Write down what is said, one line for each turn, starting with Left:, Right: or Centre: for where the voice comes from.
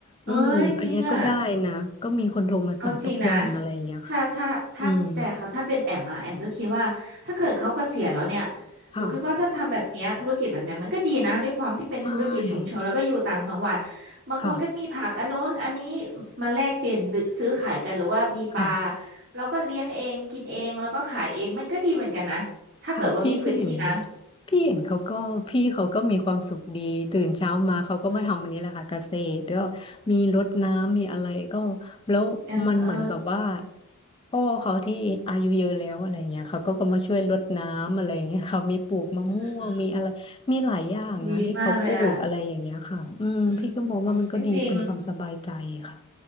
Left: อืมอันเนี้ยก็ได้นะก็มีคนโทรมาสั่งทุกวันอะไรอย่างเงี้ยค่ะ
Right: เอ้ยจริงอ่ะ เอาจริงนะ ถ้าถ้าถ้าพี่แต่ค่ะถ้าเป็นแอมอะแอมก็คิดว่าถ้าเกิดเขาเกษียณแล้วเนี่ย
Left: อืมค่ะ
Right: หนูคิดว่าถ้าทำแบบเนี้ยธุรกิจแบบเนี้ยมันก็ดีนะด้วยความที่เป็นธุรกิจชุมชนแล้วก็อยู่ต่างจังหวัด
Left: ใช่
Right: บางคนก็มีผักอันนู้นอันนี้
Left: ค่ะ
Right: มาแลกเปลี่ยนหรือซื้อขายกันหรือว่ามีปลา
Left: ค่ะ
Right: เราก็เลี้ยงเองกินเองแล้วก็ขายเองมันก็ดีเหมือนกันนะถ้าเกิดว่ามีพื้นที่นะ
Left: ค่ะพี่ก็เห็นพี่เห็นเขาก็พี่เขาก็มีความสุขดีตื่นเช้ามาเขาก็มาทำอันนี้แหละค่ะเกษตรแล้วมีรดน้ำมีอะไรก็
Right: อืม
Left: แล้วมันเหมือนแบบว่า
Right: เออเออ
Left: พ่อเขาที่อายุเยอะแล้วอะไรเงี้ยเขาก็ก็มาช่วยรดน้ำอะไรเงี้ยเขามีปลูกมะม่วงมีอะไรมีหลายอย่างนะที่เขาปลูกอะไรอย่างเงี้ยค่ะอืมพี่ก็มองว่ามันก็ดีเป็นความสบายใจค่ะ
Right: อืมอืมดีมากเลยอ่ะอืมจริงๆ